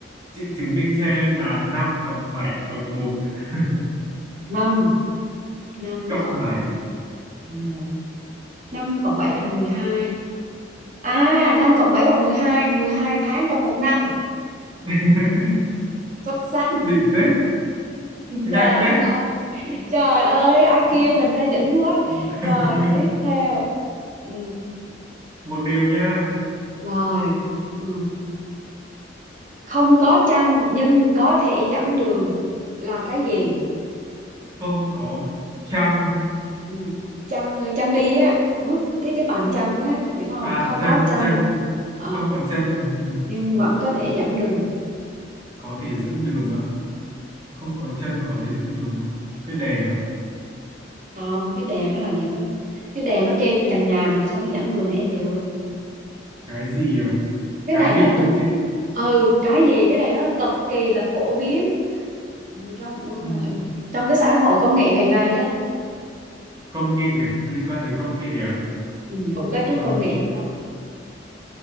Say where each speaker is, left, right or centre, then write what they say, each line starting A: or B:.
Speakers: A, on the right; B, on the right.
A: chị chứng minh cho em là 5 cộng bảy bằng một <laughs>
B: năm năm
A: cộng
B: cộng
A: bảy
B: một năm cộng bảy là mười hai à năm cộng bảy bằng mười hai mười hai tháng trong một năm
A: <laughs>
B: xuất sắc
A: đỉnh thế
B: trời
A: nhanh thế
B: ơi trời ơi ai
A: <laughs>
B: kêu mình đây đỉnh quá rồi tiếp
A: <laughs>
B: theo ừ,
A: một điều nha
B: rồi ừ. không có chăn nhưng có thể dẫn đường là cái gì
A: không có trăng
B: ừ. chăn chăn đi á bước cái cái bàn chăn á hiểu không
A: à
B: không
A: chân
B: có chăn
A: chân
B: ờ,
A: không có chân ừ.
B: nhưng vẫn có thể dẫn đường
A: có thể dẫn đường á không có chân mà có thể dẫn đường à? cái đèn à
B: không cái đèn nó làm gì có cái đèn nó treo trên trần nhà mà sao nó dẫn đường em được
A: cái gì à
B: cái
A: cái
B: này
A: gì
B: nó
A: đúng
B: cực
A: không chị
B: ừ cái gì cái này nó cực kỳ là phổ biến trong
A: ừ.
B: trong cái xã hội công nghệ ngày nay đó
A: công nghệ à? liên quan tới công nghệ à
B: ừ, cũng có chút
A: Ờ,
B: công nghệ trong đó